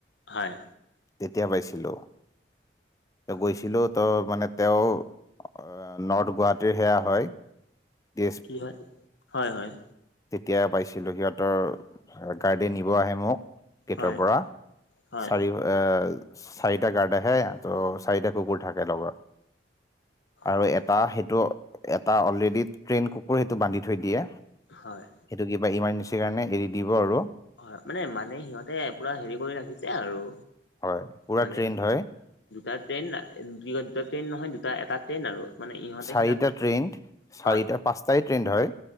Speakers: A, on the left (about 80°); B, on the left (about 20°).
A: হয়।
B: তেতিয়া পাইছিলো গৈছিলো।
A: হয়
B: ত' মানে তেওঁ নৰ্থ গুৱাহাটীৰ সেয়া হয়। ডি
A: কি হয় হয় হয়।
B: তেতিয়া পাইছিলোঁ সিহঁতৰ গাৰ্ডে নিব আহে মোক। গেটৰ
A: হয়
B: পৰা
A: হয়
B: চাৰি এ চাৰিটা গাৰ্ড আহে ত' চাৰিটা কুকুৰ থাকে লগত। আৰু
A: হয়
B: এটা সেইটো এটা অলৰেডি ট্ৰেইন কুকুৰ সেইটো বান্ধি থৈ দিয়ে।
A: হয়।
B: সেইটো কিবা ইমাৰ্জেঞ্চিৰ কাৰণে এৰি দিব আৰু
A: হয় মানে মানে সিহঁতে পুৰা হেৰি কৰি ৰাখিছে আৰু
B: হয় পুৰা
A: মানে
B: ট্ৰেইনড হয়
A: দুটা ট্ৰেইন দুই দুটা ট্ৰেইন নহয় দুটা এটা ট্ৰেইন আৰু মানে ইহঁতে
B: চাৰিটা
A: সিয়াক
B: ট্ৰেইণ্ড চাৰিটা
A: হয়
B: পাঁচটাই ট্ৰেইণ্ড হয়।